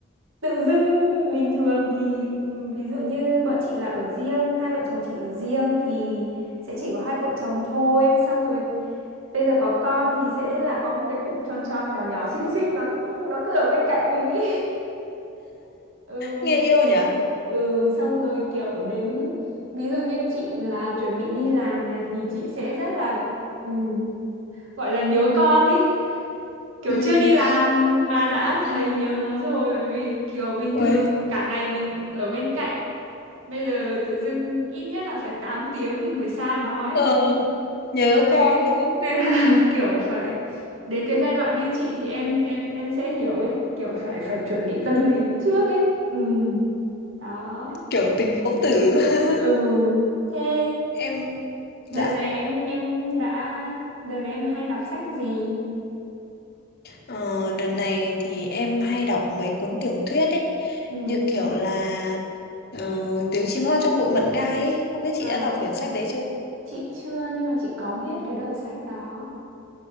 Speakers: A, on the right; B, on the left.
A: tự dưng bình thường thì ừm, ví dụ như bọn chị là ở riêng hai vợ chồng chị ở riêng thì sẽ chỉ có hai vợ chồng thôi xong rồi bây giờ có con thì sẽ là có một cái cục tròn tròn nhỏ nhỏ xinh xinh nó ừ, nó cứ ở bên cạnh mình ý <laughs> ừ
B: nghe yêu
A: đấy
B: nhỉ?
A: ừ xong rồi kiểu đến ví dụ như chị là chuẩn bị đi làm này thì chị sẽ rất là ừm, gọi là nhớ con ý
B: Ừ.
A: kiểu chưa đi làm mà đã thấy nhớ nó rồi vì kiểu bình
B: Ôi,
A: thường cả ngày mình ở bên cạnh bây giờ tự dưng ít nhất là phải 8 tiếng mình phải xa nó ấy
B: ờ, nhớ
A: đấy
B: con đúng không?
A: nên là <laughs> kiểu phải đến cái giai đoạn như chị thì em em em sẽ hiểu ấy kiểu phải phải chuẩn bị
B: Ừ.
A: tâm lý trước ấy ừ đó
B: Kiểu tình mẫu tử. <laughs>
A: ừ thế
B: Em
A: đợt
B: dạ,
A: này em em đã đợt này em hay đọc sách gì
B: ờ, đợt này thì em hay đọc mấy cuốn tiểu thuyết ấy,
A: ừ
B: như kiểu là ờ, Tiếng chim hót trong bụi mận gai ấy. Không biết chị
A: à
B: đã đọc quyển sách đấy chưa?
A: Chị chưa nhưng mà chị có biết cái đầu sách đó.